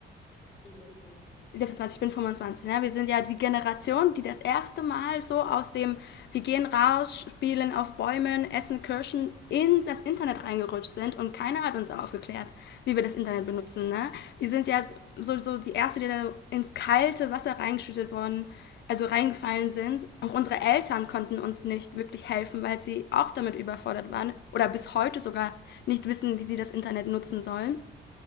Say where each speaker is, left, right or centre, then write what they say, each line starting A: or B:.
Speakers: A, on the left; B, on the left.
A: Ich bin 26.
B: 26, ich bin 25. Ne? Wir sind ja die Generation,
A: Mhm.
B: die das erste Mal so aus dem, wir gehen raus, spielen auf Bäumen, essen Kirschen, in das Internet reingerutscht sind und keiner hat uns aufgeklärt, wie wir das Internet
A: Ja.
B: benutzen. Ne? Wir sind ja so, so die Erste, die da ins kalte Wasser reingeschüttet worden, also reingefallen sind. Auch unsere Eltern konnten uns nicht wirklich helfen, weil sie auch damit überfordert
A: Mhm.
B: waren oder bis heute sogar nicht wissen, wie sie das Internet nutzen sollen.